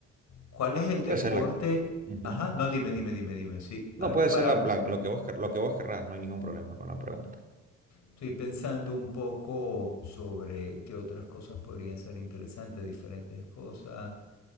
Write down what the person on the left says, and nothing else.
¿Cuál es el deporte?
Ajá, no, dime, dime, dime, dime. Sí,
algo
para...
Estoy pensando un poco sobre qué otras cosas podrían ser interesantes, diferentes cosas.